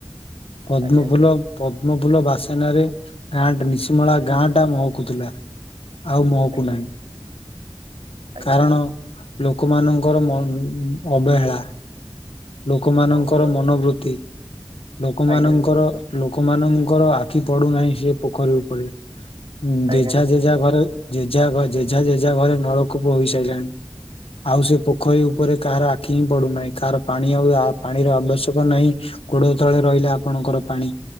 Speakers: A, on the left; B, on the right.
A: ପଦ୍ମଫୁଲ
B: ଆଜ୍ଞା
A: ପଦ୍ ଦମ ଫୁଲ ବାସେନାରେ ଗାଁ ନିଶିମଳା ଗାଁ ଟା ମହକୁଥିଲା। ଆଉ ମୁହକୁ
B: ଆଜ୍ଞା
A: ନାହିଁ।
B: ଆଜ୍ଞା
A: କାରଣ? ଲୋକମାନଙ୍କର ମନନ ଅବେହେଳା ଲୋକମାନଙ୍କର
B: ହଉ କୁହ।
A: ମନୋବୃତ୍ତି ଲୋକମାନଙ୍କର
B: ଆଜ୍ଞା
A: ଲୋକମାନଙ୍କର ଆଖି ପଡୁନାହିଁ ସେ ପୋଖରୀ ଉପରେ ହୁଁ
B: ଆଜ୍ଞା
A: ଯେଝା ଯେଝା ଘରେ ଜେଜା ଜେଜା ଜେଜା ଘରେ ନଳକୂପ ହୋଇସାରିଲାଣି ଆଉ ସେ ପୋଖରୀ ଉପରେ କାହାର ଆଖି ହିଁ ପଡୁନାହିଁ କାହାର ପାଣି ଆଉ ପାଣିର ଆବଶ୍ୟକ ନାହିଁ ଗୋଡ ତଳେ ରହିଲା ଆପଣଙ୍କର ପାଣି